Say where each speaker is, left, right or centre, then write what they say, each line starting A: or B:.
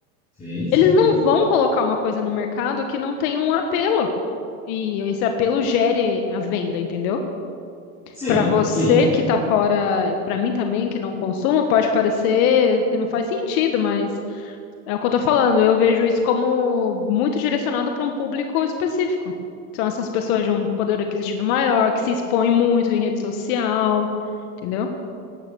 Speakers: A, on the left; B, on the left.
A: Sim, sim.
B: Eles não vão colocar uma coisa no mercado que não tem um apelo. E esse apelo gere a venda, entendeu?
A: Sim,
B: Para você
A: sim.
B: que tá fora, para mim também, que não consumo, pode parecer que não faz sentido, mas. É o que eu tô falando, eu vejo isso como muito direcionado para um público específico. São essas pessoas de um poder aquisitivo maior, que se expõem muito em rede social, entendeu?